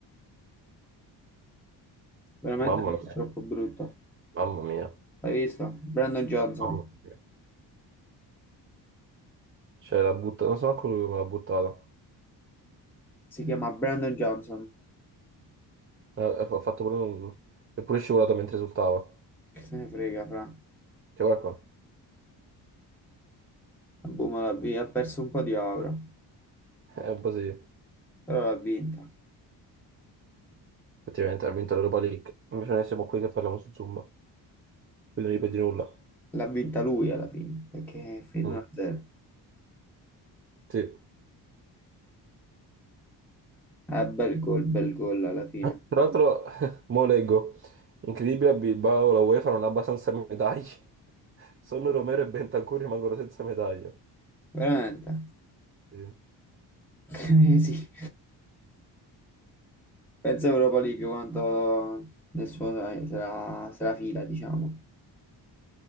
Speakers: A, in the centre; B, on the right (about 30°).
A: Veramente
B: Mamma
A: troppo,
B: mia.
A: troppo brutto.
B: Mamma mia.
A: L'hai visto? Brandon Johnson.
B: Mamma mia. Cioè la butta. Non so manco lui come l'ha buttata.
A: Si chiama Brandon Johnson.
B: Eh, Ha ha fatto pure un... È pure scivolato mentre esultava.
A: Che se ne frega, fra.
B: Cioè guarda qua.
A: La Buma l'ha vi- ha perso un po' di aura,
B: <laughs> È un po' sì.
A: però l'ha vinta.
B: Effettivamente ha vinto l'Europa League. Invece noi siamo qui che parliamo su Zumba. più non gli perdi nulla.
A: L'ha vinta lui alla fine, perché è finita
B: Mm,
A: 1-0.
B: sì.
A: Eh, bel gol, bel gol alla fine.
B: Tra l'altro, <laughs> mo leggo, incredibile a Bilbao, la UEFA non ha abbastanza medaglie. <laughs> Solo Romero e Bentancur rimangono senza medaglie.
A: Veramente.
B: Sì.
A: <laughs> Eh sì, pensa Europa League quanto nel suo se se la, se la fila, diciamo.